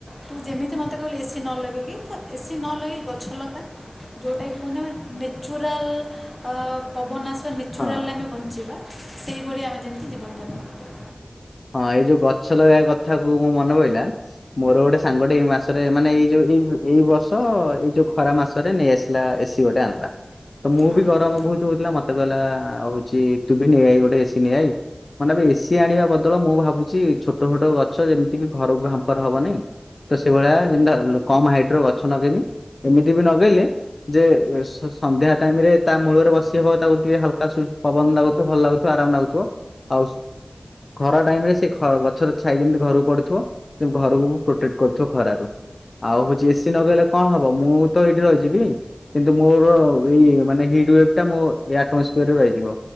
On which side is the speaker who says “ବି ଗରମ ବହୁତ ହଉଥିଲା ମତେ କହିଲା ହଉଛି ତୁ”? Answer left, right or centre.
Left